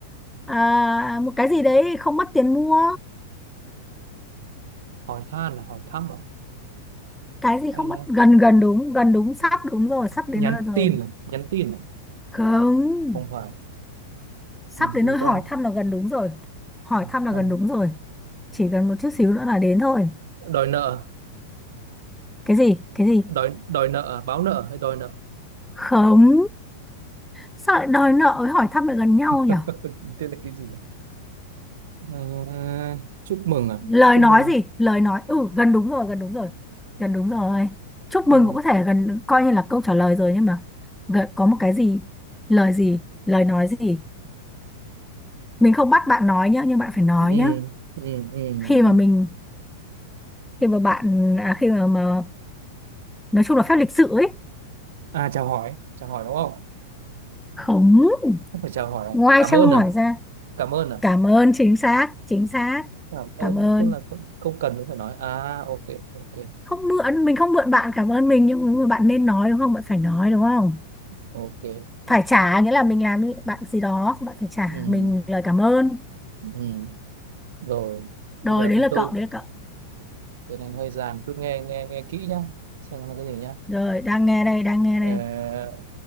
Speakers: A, in the centre; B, on the right.
A: à, một cái gì đấy không mất tiền mua
B: hỏi han là hỏi thăm à
A: cái gì
B: hay
A: không
B: là
A: mất gần gần đúng gần đúng sắp đúng rồi sắp đến
B: nhắn
A: nơi rồi
B: tin à nhắn tin à
A: không
B: không phải
A: sắp
B: Làm gì
A: đến nơi hỏi
B: ta
A: thăm là gần đúng rồi hỏi thăm
B: thăm
A: là gần đúng rồi chỉ cần một chút xíu nữa là đến thôi
B: đòi nợ
A: cái gì cái gì
B: đòi đòi nợ à? báo nợ hay đòi nợ
A: không sao lại đòi nợ với hỏi thăm lại gần nhau
B: <laughs>
A: nhỉ
B: tên là cái gì nhỉ? Ờ, chúc mừng à
A: lời
B: chúc
A: nói
B: mừng
A: gì lời nói ừ gần đúng rồi gần đúng rồi gần đúng rồi chúc mừng
B: à,
A: cũng có thể gần coi như là câu trả lời rồi nhưng mà gần, có một cái gì lời gì lời nói gì mình không bắt bạn nói nhá nhưng bạn phải nói
B: ừ,
A: nhá
B: ừ, ừ.
A: khi mà mình khi mà bạn à, khi mà, mà nói chung là phép lịch sự ấy
B: à chào hỏi chào hỏi đúng không
A: không
B: Không phải chào hỏi à?
A: ngoài
B: cảm
A: trao
B: ơn à
A: hỏi ra
B: cảm ơn à
A: cảm ơn chính xác chính xác
B: cảm ơn
A: cảm ơn
B: tức là không, không cần phải nói à ok ok
A: không mượn mình không mượn bạn cảm ơn mình nhưng mà bạn nên nói đúng không bạn phải nói đúng không
B: ok
A: phải trả nghĩa là mình làm với bạn gì đó bạn phải trả
B: ừ,
A: mình lời cảm ơn
B: ừ. rồi
A: rồi
B: bây giờ
A: đấy
B: thì
A: là
B: tôi
A: cậu đấy là cậu
B: tôi nên hơi dài một chút nghe nghe nghe kỹ nhá xem nó là cái gì nhá
A: rồi đang nghe đây đang nghe
B: Ờ,
A: đây